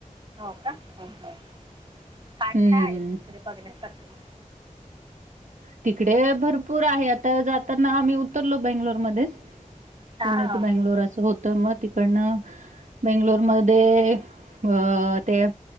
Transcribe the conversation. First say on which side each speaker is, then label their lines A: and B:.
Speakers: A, on the right; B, on the right.
A: हो का काय
B: हम्म
A: काय आहे मग तिकडे बघण्यासारखं मग
B: तिकडे भरपूर आहे आता जाताना आम्ही उतरलो बेंगलोरमध्येच
A: हां
B: पुणे टू बेंगलोर
A: हां
B: असं होतं मग तिकडनं बेंगलोरमध्ये अ ते